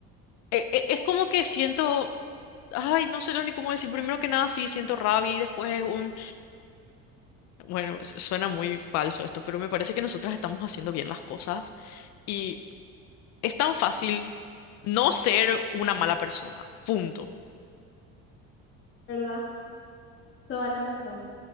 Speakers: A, on the left (about 60°); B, on the left (about 40°).
A: e- e- es como que siento... Ay, no sé lo ni cómo decir. Primero que nada, sí, siento rabia y después es un... Bueno, s- suena muy falso esto, pero me parece que nosotras estamos haciendo bien las cosas y es tan fácil no ser una mala persona. Punto.
B: ¿Verdad? Toda la razón.